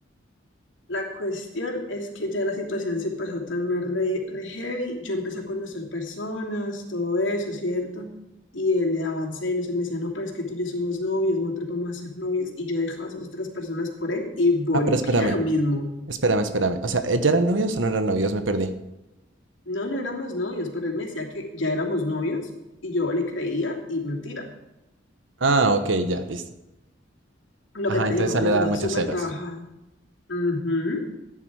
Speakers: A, on the left; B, on the right.
A: La cuestión es que ya la situación se empezó a tornar re, re heavy. Yo empecé a conocer personas, todo eso, ¿cierto? Y él le daba celos, él me decía, no, pero es que tú y yo somos novios, no te vamos a ser novios. Y yo dejaba a esas otras personas por él y volvía
B: Ah, pero espérame,
A: a lo mismo.
B: espérame, espérame. O sea, ¿eh, ¿ya eran novios o no eran novios? Me perdí.
A: No, no éramos novios, pero él me decía que ya éramos novios y yo le creía y mentira.
B: Ah, ok, ya, listo.
A: Lo
B: Ajá,
A: que te
B: entonces
A: digo,
B: a
A: me
B: él le
A: tenía
B: daban muchos
A: súper
B: celos.
A: trabajada. Ujú.